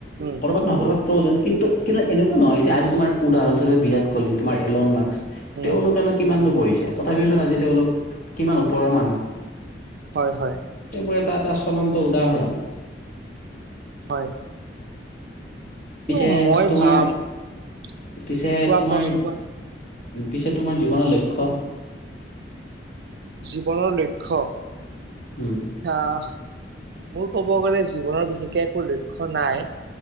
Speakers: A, on the right; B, on the left.
A: উম
B: কৰ'বাত নহয়
A: উম
B: কৰ'বাত প্ৰয়োজন কিন্তু কিন্তু এনেকুৱা নহয় যে আজি তোমাৰ উদাহৰণস্বৰূপ বিৰাটকলি তোমাৰ এলন মাৰ্ক্স।
A: উম
B: তেওঁলোকেনো কিমাননো
A: উম
B: পঢ়িছে তথাপিওচোন আজি তেওঁলোক কিমান ওপৰৰ মানুহ।
A: হয় হয়।
B: চবৰে এটা এটা চলন্ত উদাহৰণ।
A: হয়।
B: পিছে
A: উম মই
B: তোমাৰ
A: ভাম কোৱা
B: পিছে তোমাৰ
A: কোৱাচোন কোৱা।
B: পিছে তোমাৰ জীৱনৰ লক্ষ্য?
A: জীৱনৰ লক্ষ্য।
B: উম
A: আহ মোৰ কব গ'লে জীৱনৰ বিশেষকে একো লক্ষ্য নাই।